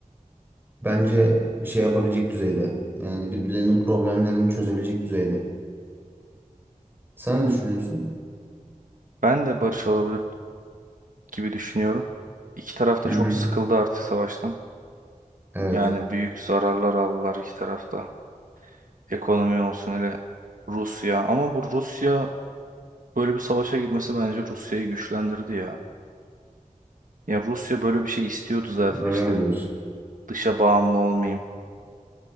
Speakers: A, on the right (about 15°); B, on the right (about 75°).
A: Bence şey yapabilecek düzeyde. Yani birbirlerinin problemlerini çözebilecek düzeyde. Sen ne düşünüyorsun?
B: Ben de barış olabilir gibi düşünüyorum. İki taraf da
A: Hı
B: çok
A: hı.
B: sıkıldı artık savaştan.
A: Evet.
B: Yani büyük zararlar aldılar iki tarafta. Ekonomi olsun hele Rusya. Ama bu Rusya böyle bir savaşa girmesi bence Rusya'yı güçlendirdi ya. Ya Rusya böyle bir şey istiyordu zaten
A: Öyle
B: işte
A: mi diyorsun?
B: dışa bağımlı olmayayım,